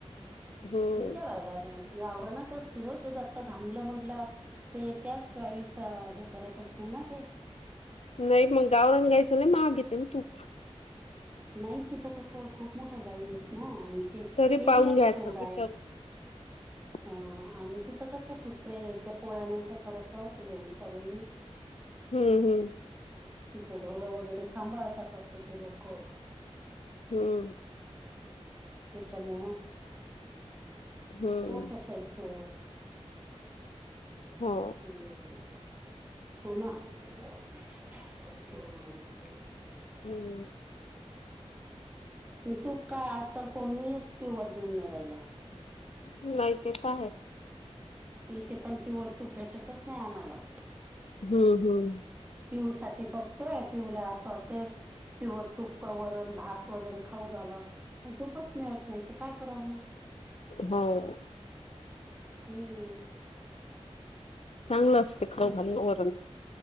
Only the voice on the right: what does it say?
विचाराव लागन गावरानाच असतील हो ते आत्ता थांबलं म्हंटलं. ते त्याच गायीचा हे करत असतील ना ते.
नाही तिथं कसं खूप मोठ्या गाई आहेत ना आणि ते
एरियाच
केवढा
आहे
अं आणि तिथं कसं कुत्र यायच पोळ्या नव्हत्या करत त योगिता वहिणी.
तिथे ढोरं वगैरे सांभाळतात वाट ती लोक.
त्याच्यामोह
होत असेल तो.
<unintelligible> हो ना. हॅलो. हा.
तू काय आजकाल कोणीच प्युअर देऊन नाही राहिल.
इथे पण प्युअर तूप भेटतच नाही आम्हाला.
पिऊसाठी बघतोय. पिऊला असं वाटतयं प्युअर तुप, वरण, भात वगैरे खाऊ घालाव. पण तूपच मिळत नाही इथं काय कराव मग?
हम्म
तूप